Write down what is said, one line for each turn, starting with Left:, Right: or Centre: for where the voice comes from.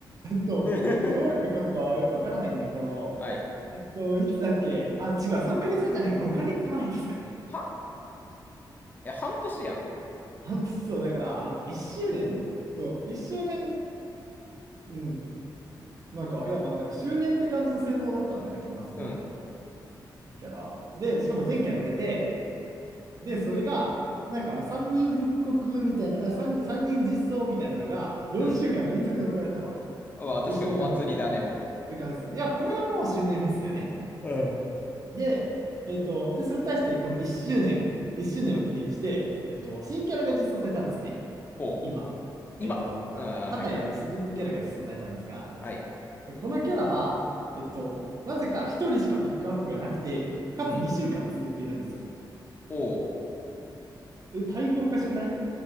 Right: と、
Left: <laughs>
Right: どういうことかはよくわからないんだけど、
Left: はい。
Right: えっと、いつだっけあ、違う、3ヶ月前じゃない、5ヶ月前ですかね。
Left: はえ、半年やん。
Right: 本当そう、だから、あの、1周年そう、1周年、うん、なんか、いや、まあ、なんか、周年って感じの性能だったんだよね、キャンパスモードって、
Left: うん。
Right: キャラ。で、しかも全キャラ出て、で、それが、なんか、3人復刻みたいな、あ3人、3人実装みたいなのが、4週間連続で行われたの。
Left: うん。まあ、確かにお祭りだね、
Right: 1週間ずつ。
Left: も
Right: 週間ずつ。いや、これはもう周年フェスだよね。
Left: ううん。
Right: で、えっと、で、それに対して、この1周年、1周年を記念して、えっと、新キャラが実装されたんですね。
Left: ほう。
Right: 今。
Left: 今ああー、
Right: えっと、は、畑谷美鈴ってキャラが実装されたんですが、
Left: はいはい。はい。
Right: このキャラは、えっと、なぜか1人しかピックアップがなくて、かつ2週間続いているんですよ。
Left: うん。おお。
Right: え、待遇おかしくない